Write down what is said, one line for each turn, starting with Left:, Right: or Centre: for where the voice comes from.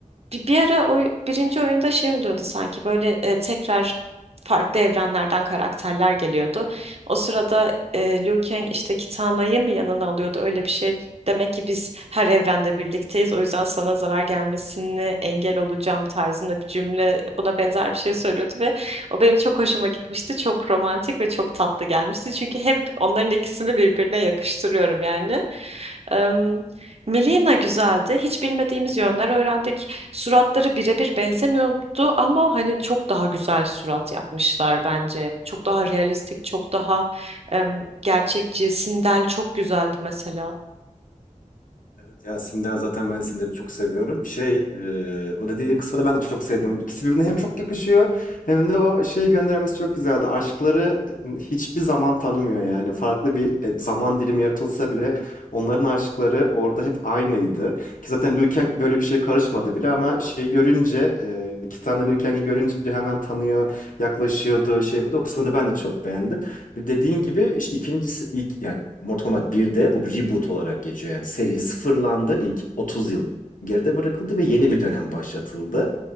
Right: bir, bir ara o birinci oyunda şey oluyordu sanki böyle e, tekrar farklı evrenlerden karakterler geliyordu. O sırada e, Liu Kang işte Kitana'yı mı yanına alıyordu öyle bir şey. Demek ki biz her evrende birlikteyiz. O yüzden sana zarar gelmesini engel olacağım tarzında bir cümle buna benzer bir şey söylüyordu ve o benim çok hoşuma gitmişti. Çok romantik ve çok tatlı gelmişti. Çünkü hep onların ikisini birbirine yakıştırıyorum yani. Em, Melina güzeldi. Hiç bilmediğimiz yönler öğrendik. Suratları birebir benzemiyordu ama hani çok daha güzel surat yapmışlar bence. Çok daha realistik, çok daha em, gerçekçi. Sindel çok güzeldi mesela.
Left: Evet, Ya Sindan zaten ben Sindan'ı çok seviyorum. Şey, e, o dediğim kısmı da ben de çok sevdim. İkisi birbirine hem çok yakışıyor hem de o şeyi göndermesi çok güzeldi. Aşkları hiçbir zaman tanımıyor yani. Farklı bir e, zaman dilimi yaratılsa bile onların aşkları orada hep aynıydı. Ki zaten Liu Kang böyle bir şey karışmadı bile ama şey görünce, e, iki tane Liu Kang'i görünce hemen tanıyor, yaklaşıyordu, şey bu da o kısmını ben de çok beğendim. Dediğin gibi işte ikincisi ilk yani Mortal Kombat 1'de bu bir reboot olarak geçiyor. Yani seri sıfırlandı. ilk 30 yıl geride bırakıldı ve yeni bir dönem başlatıldı.